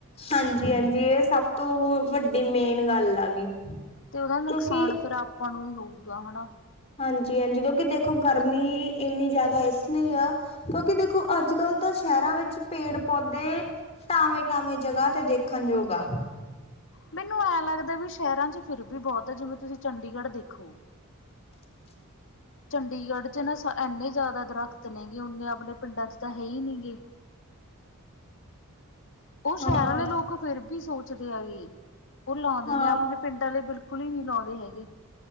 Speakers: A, on the left (about 30°); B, on the left (about 60°).
A: ਹਾਂਜੀ-ਅੰਜੀ ਏ ਸਭ ਤੋਅ ਵੱਡੀ ਮੇਨ ਗੱਲ ਆ ਗੀ।
B: ਤੇ ਉਹਦਾ ਨੁਕਸਾਨ
A: ਕਿਉਂਕਿ
B: ਫਿਰ ਆਪਾਂ ਨੂੰ ਈ ਹੋਊਗਾ ਹਨਾ।
A: ਹਾਂਜੀ- ਹਾਂਜੀ ਕਿਉਂਕਿ ਦੇਖੋ ਗਰਮੀ ਇੰਨੀ ਜ਼ਿਆਦਾ ਇਸ ਲਈ ਆ ਕਿਉਂਕਿ ਦੇਖੋ ਅੱਜ-ਕੱਲ੍ਹ ਤਾਂ ਸ਼ਹਿਰਾਂ ਵਿੱਚ ਪੇੜ-ਪੌਦੇ ਟਾਵੇਂ-ਟਾਵੇਂ ਜਗ੍ਹਾ ਤੇ ਦੇਖਣ ਯੋਗ ਆ।
B: ਮੈਨੂੰ ਐਂ ਲਗਦੈ ਵੀ ਸ਼ਹਿਰਾਂ 'ਚ' ਫਿਰ ਵੀ ਬਹੁਤ ਐ ਜਿਵੇਂ ਤੁਸੀ ਚੰਡੀਗੜ੍ਹ ਦੇਖੋ।
A: <inaudible>
B: ਚੰਡੀਗੜ੍ਹ 'ਚ' ਨਾ ਸ ਇੰਨੇ ਜ਼ਾਦਾ ਦਰਖਤ ਨੇ ਗੇ ਓਨੇ ਆਪਣੇ ਪਿੰਡਾਂ 'ਚ' ਤਾ ਹਈ ਨੀ ਗੇ। ਉਅ ਸ਼ਹਿਰਾਂ
A: ਹਾਂ
B: ਲੇ ਲੋਕ ਫਿਰ ਵੀ ਸੋਚਦੇ ਆਗੇ ਉਅ ਲੌਂਦੇ
A: ਹਾਂ
B: ਨੇ ਆਪਣੇ ਪਿੰਡਾਂ ਲੇ ਬਿਲਕੁਲ ਈ ਨੀ ਲੌਂਦੇ ਹੈਗੇ।